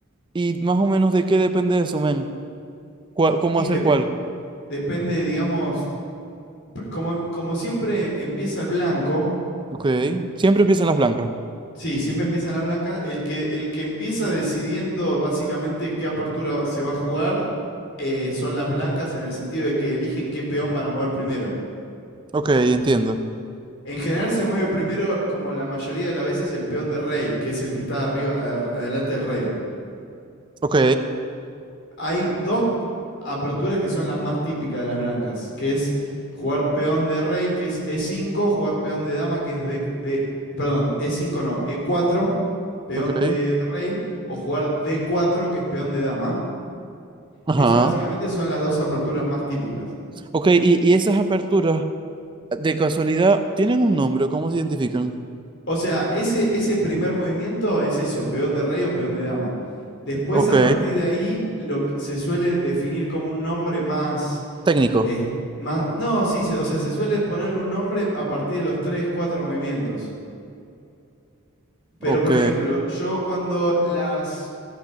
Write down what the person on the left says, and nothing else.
Y
de-
depende, digamos, p- como, em- como siempre empieza el blanco,
sí, siempre empiezan las blancas, el que, el que empieza decidiendo básicamente qué apertura se va a jugar eh, son las blancas en el sentido de que eligen qué peón van a mover primero.
En general se mueve primero, como la mayoría de las veces, el peón de rey, que es el que está arriba, ar- adelante del rey.
Hay dos aperturas que son las más típicas de las blancas, que es jugar peón de rey, que es e cinco, jugar peón de dama, que es de, de- perdón, e cinco no, e cuatro, peón
de, rey, o jugar d cuatro, que es peón de dama.
Esas básicamente son las dos aperturas más típicas.
O sea, ese, ese primer movimiento es eso, peón de rey o peón de dama. Después,
a partir de ahí, lo que se suele definir como un nombre más,
es- más... No, sí, se- o sea, se suele ponerle un nombre a partir de los tres, cuatro movimientos. Pero,
por ejemplo, yo cuando las,